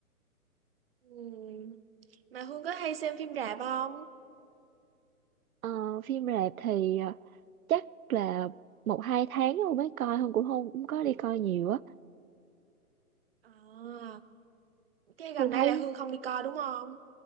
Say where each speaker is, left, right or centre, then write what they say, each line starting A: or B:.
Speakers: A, on the right; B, on the right.
A: ừ. mà Hương có hay xem phim rạp không
B: ờ, phim rạp thì ờ, chắc là một hai tháng không mới coi không cũng không cũng có đi coi nhiều á
A: à, cái gần
B: không thấy
A: đây là Hương không đi coi đúng không